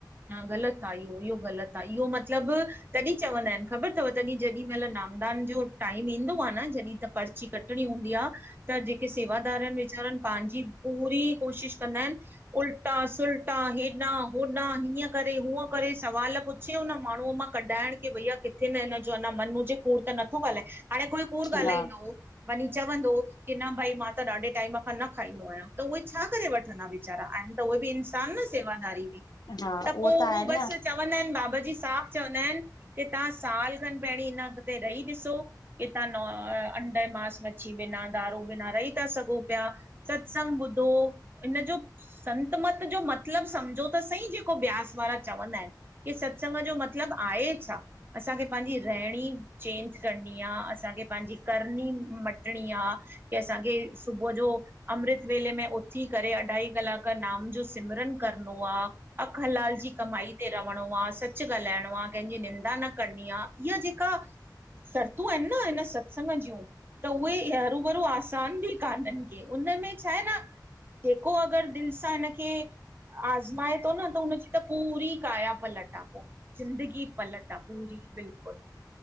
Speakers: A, on the right; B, on the left.
A: हा ग़लति आ, इहो इहो ग़लति आ इहो मतिलबु तॾहिं चवंदा आहिन, ख़बर अथव तॾहिं जेॾी महिल नामदान जो टाइम ईंदो आ न जॾहिं त पर्ची कटणी हूंदी आ त जेके सेवादार आहिन वेचारानि पंहिंजी पूरी कोशिश कंदा आहिन उल्टा, सुल्टा हेॾां होॾां हीय करे हूअ करे सुवाल पुछई, हुन माण्हूअ मां कढाइण की भईया किथे न हिन जो अञा मन हुजे कूर त नथो ॻाल्हाए हाणे कोई कूड़
B: अच्छा
A: ॻाल्हाईंदो वञी चवंदो की न भई मां त ॾाढे टाइम खां न खाईंदो आहियां, त उहे छा करे वठंदा विचारा आहिन त उहे बि इंसान न सेवादारी बि
B: हा
A: त पोइ उहो
B: आहे
A: बस
B: न
A: चवंदा आहिन बाबा जी साफ़ चवंदा आहिन की तहां साल खनि पहिरीं हिन अॻिते रही ॾिसो इतां न अंडे मास मच्छी बिना दारू बिना रही ता सघो पिया सत्संग ॿुधो इन जो संतमत जो मतिलबु सम्झो त सही जेको ब्यास वारा चवंदा आहिन की सत्संग जो मतिलबु आहे छा? असांखे पंहिंजी रहिणी चेंज करणी आ, असांखे पंहिंजी करणी मटणी आ। की असांखे सुबुह जो अमृत वेले में उथी करे अढाई कलाक नाम जो सिमरन करणो आ। हक हलाल जी कमाई रहणो आ सच ॻाल्हाइणो आ, कंहिंजी निंदा न करणी आ इहा जेका शर्तू आहिन न इन सत्संग जूं त उहे हरू भरू आसान बि कान आहिन उनमें छा आहे न जेको अगरि दिलि सां हिनखे आज़माए पोइ न त हुनजी त पूरी काया पलट आ पोइ। ज़िंदगी पलट आ पूरी बिल्कुलु।